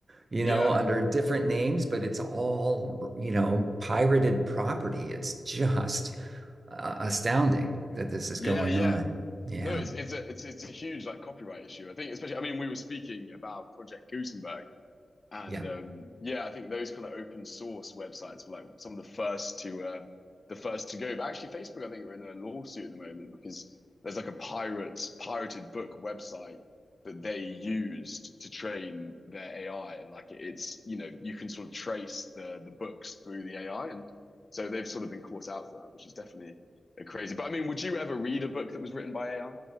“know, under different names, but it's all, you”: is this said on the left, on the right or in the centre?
Right